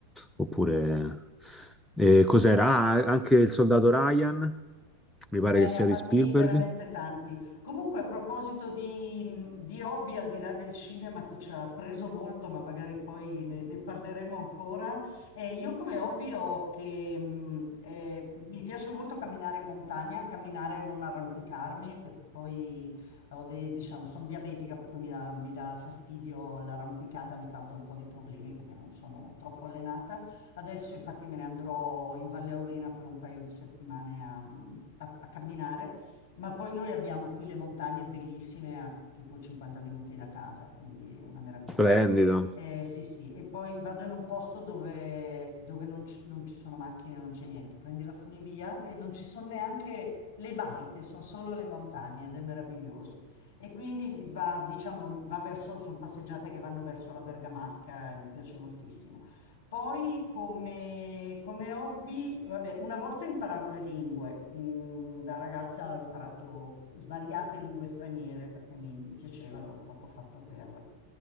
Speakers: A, in the centre; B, on the left.
A: oppure... eh, cos'era? Ah, anche il soldato Ryan, mi pare
B: Beh,
A: che
B: ne
A: sia
B: ha fatti
A: di Spielberg.
B: veramente tanti. Comunque, a proposito di, di hobby, al di là del cinema che ci ha preso molto, ma magari poi ne, ne parleremo ancora, eh, io come hobby ho che mh, eh, mi piace molto camminare in montagna, camminare e non arrampicarmi, perché poi ho dei- diciamo, sono diabetica, per cui mi dà, mi dà fastidio l'arrampicata, mi causa un po' di problemi perché non sono troppo allenata. Adesso infatti me ne andrò in Valle Aurina per un paio di settimane a, a- a camminare, ma poi noi abbiamo qui le montagne bellissime a tipo 50 minuti da casa, quindi è una meraviglia.
A: Splendido.
B: Eh, sì, sì, e poi vado in un posto dove, dove non, ci non ci sono macchine, non c'è niente, prendi la funivia e non ci sono neanche le baite, sono solo le montagne ed è meraviglioso. E quindi va, diciamo, va verso, sono passeggiate che vanno verso la Bergamasca e mi piace moltissimo. Poi come, come hobby, vabbè, una volta imparavo le lingue, Mm, da ragazza ho imparato svariate lingue straniere perché mi, mi piaceva, l'avevo proprio fatto per,